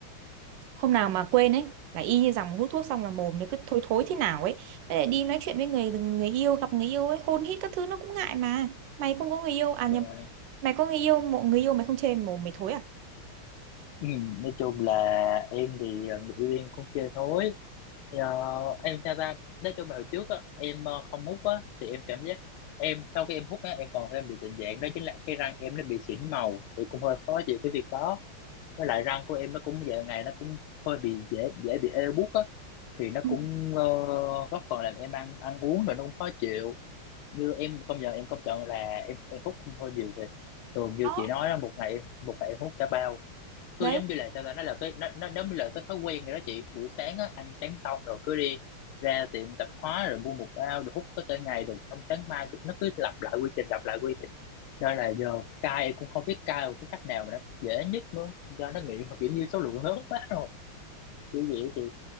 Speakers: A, on the right; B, on the left.
A: hôm nào mà quên ấy là y như rằng hút thuốc xong là mồm nó cứ thối thối thế nào ấy Với lại đi nói chuyện với người người yêu gặp người yêu ấy hôn hít các thứ nó cũng ngại mà mày không có người yêu à
B: dạ
A: nhầm mày có người yêu mộ người yêu mày không chê mồm mày thối à
B: Ừ. nói chung là em thì ờ, người yêu em cũng chơi thôi Thì, ờ, em theo ra nói chung là hồi trước á, em ờ, không hút á thì em cảm giác em sau khi em hút á em còn thêm bị tình trạng đó chính là cái răng em nó bị xỉn màu thì cũng hơi khó chịu cái việc đó với lại răng của em nó cũng giờ ngày nó cũng hơi bị dễ dễ bị ê buốt á thì nó
A: Ừ.
B: cũng ờ, góp phần làm em ăn ăn uống rồi nó cũng khó chịu như em công nhận em công nhận là em em hút cũng hơi nhiều thì thường như
A: đó
B: chị nói đó một ngày một ngày em hút cả bao cứ
A: đấy
B: giống như là sao ta nó là cái nó nó nó giống như là cái thói quen rồi đó chị buổi sáng á ăn sáng xong rồi cứ đi ra tiệm tạp hóa rồi mua một bao rồi hút có cả ngày rồi xong sáng mai cứ- nó cứ lặp lại quy trình lặp lại quy trình nên là giờ cai cũng không biết cai một cái cách nào mà nó dễ nhất nữa do nó nghiện mà kiểu như số lượng lớn quá rồi kiểu gì á chị